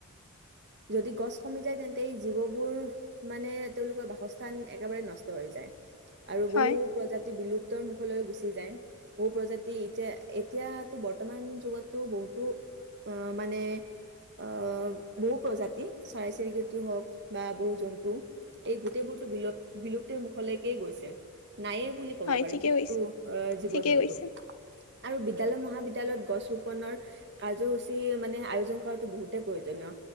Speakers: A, on the right (about 50°); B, on the left (about 75°).
A: যদি গছ কমি যায় তেন্তে এই জীৱবোৰ মানে তেওঁলোকৰ বাসস্থান। স্থান একেবাৰে নষ্ট হৈ যায়। আৰু
B: হয়
A: বহুত প্ৰজাতি বিলুপ উতৰ মুখলৈ গুচি যায়। বহু প্ৰজাতি এতিয়া এতিয়াতো বৰ্তমান যুগতো বহুতো মানে অ' বহু প্ৰজাতি চৰাই চিৰিকটি হওক বা বহু জন্তু এই গোটেইবোৰ বিলুপ্তিৰ মুখলৈকেই গৈছে। নায়ে বুলি ক'ব
B: হয়
A: পাৰি।
B: ঠিকে
A: বহুতো
B: কৈছে
A: জীৱ
B: ঠিকে
A: জন্তু
B: কৈছে
A: আৰু বিদ্যালয় মহাবিদ্যালয়ত গছ ৰোপনৰ কাৰ্যসূচী মানে আয়োজন কৰাতো বহুতেই প্ৰয়োজনীয়